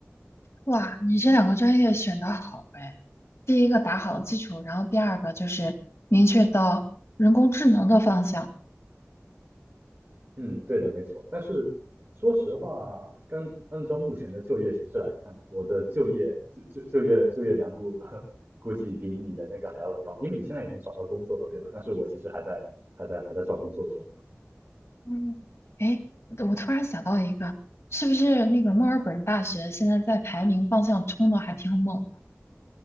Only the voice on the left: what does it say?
哇，你这两个专业选得好哎！第一个打好了基础，然后第二个就是明确到人工智能的方向。
嗯，哎，我我突然想到一个，是不是那个墨尔本大学现在在排名方向冲的还挺猛的